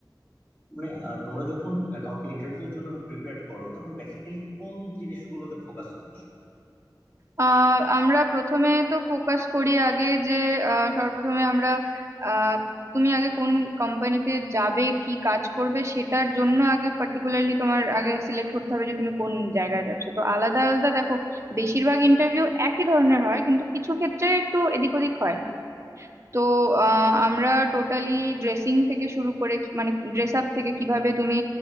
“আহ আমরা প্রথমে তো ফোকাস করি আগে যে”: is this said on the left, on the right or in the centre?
Right